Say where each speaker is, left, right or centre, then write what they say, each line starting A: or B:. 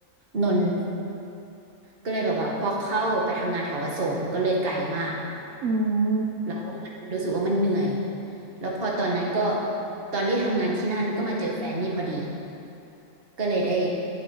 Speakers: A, on the right; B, on the right.
A: นนท์ ก็เลยแบบว่าพอเข้าไปทำงานแถวอโศกมันก็เลยไกลมาก
B: อืม
A: แล้วมันรู้สึกว่ามันเหนื่อยแล้วพอตอนนั้นก็ตอนที่ทำงานที่นั่นก็มาเจอแฟนนี่พอดีก็เลยได้